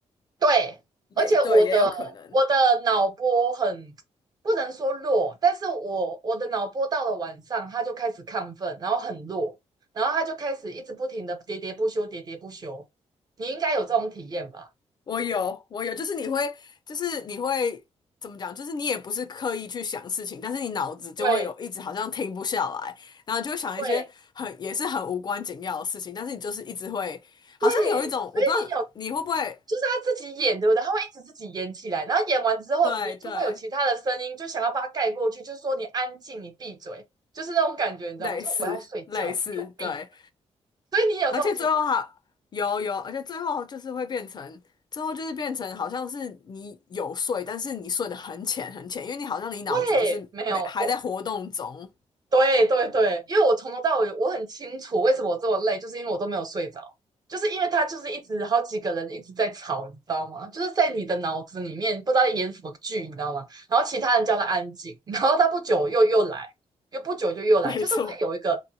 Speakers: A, on the right; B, on the left.
A: 对，
B: 也对，
A: 而且我的我的脑波很不能说弱，
B: 也有可能。
A: 但是我我的脑波到了晚上，它就开始亢奋，然后很弱，然后它就开始一直不停的喋喋不休，喋喋不休。你应该有这种体验吧？
B: 我有，我有，就是你会，就是你会怎么讲？就是你也不是刻意去想事情，但是你脑子就会有一直好像停不下来，
A: 对
B: 然后就会想一些很也是很无关紧要的事情，
A: 对
B: 但是你就是一直会，
A: 对，
B: 好像有一种我不知道你会不会，
A: 所以你有，就是他自己演，对不对？他会一直自己演起来，然后演完之后，
B: 对对，
A: 你就会有其他的声音，就想要把它盖过去，就是说你安静，你闭嘴，就是那种感觉，你知道吗？
B: 类似类似，
A: 就是我要睡觉，你给我闭。
B: 对，
A: 所以你有这种经验。
B: 而且最后还有有，而且最后就是会变成。最后就是变成好像是你有睡，但是你睡得很浅很浅，因为你好像你脑子就是没还在活动中，
A: 对，没有我，对对对，因为我从头到尾我很清楚为什么我这么累，就是因为我都没有睡着，就是因为他就是一直好几个人一直在吵，你知道吗？就是在你的脑子里面不知道在演什么剧，你知道吗？然后其他人叫他安静，然后他不久又又来，又不久就又来，
B: <laughs> 没错。
A: 就是会有一个